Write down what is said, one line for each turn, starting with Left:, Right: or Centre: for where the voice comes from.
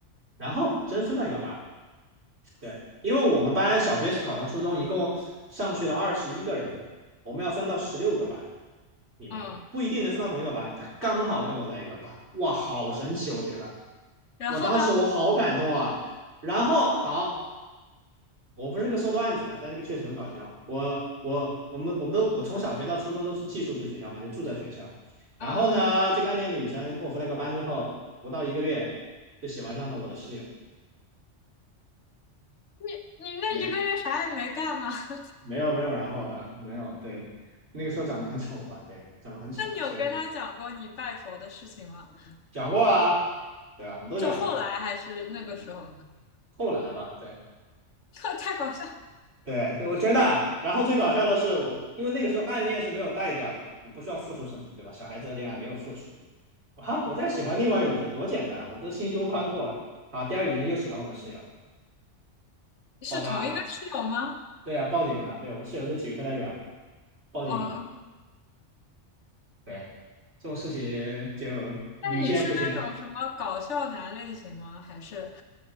Right: 然后真分到一个班了。对，因为我们班小学考上初中一共上去了二十一个人，我们要分到十六个班里面，
Left: 嗯
Right: 不一定能分到同一个班。他刚好跟我在一个班，
Left: 嗯
Right: 哇，好神奇！我觉得，我当时我好感动啊。
Left: 然后呢？
Right: 然后好，我不是个说段子的，但这个确实很搞笑。我我我们我们都我从小学到初中都是寄宿制学校嘛，就住在学校。然后呢，
Left: 嗯嗯，
Right: 这个暗恋的女生跟我分了个班之后，不到一个月就喜欢上了我的室友。
Left: 你你那一个月啥也没干吗？
Right: 没有，
Left: <laughs>
Right: 没有没有然后了，没有，对，那个时候长得很丑吧，对，长得很丑，
Left: 那你有跟他讲过你拜佛的事情吗？
Right: 所以讲过啊，对啊，我们都讲过，
Left: 就后来还是那个时候？
Right: 后来吧，对
Left: <laughs> 太搞笑！
Right: 对，就我真的，然后最搞笑的是我，因为那个时候暗恋是没有代价的嘛，你不需要付出什么，对吧？小孩子的恋爱没有付出，啊，我在喜欢另外一个女生多简单，我都心胸宽阔，啊，第二个女生又喜欢我的室友，
Left: 是同一个室友吗？
Right: 爆炸了，对啊，报警了，对，我们室友是体育课代表，报警了，
Left: 哦，
Right: 对，这种事情就屡见不鲜。
Left: 那你是那种什么搞笑男类型吗？还是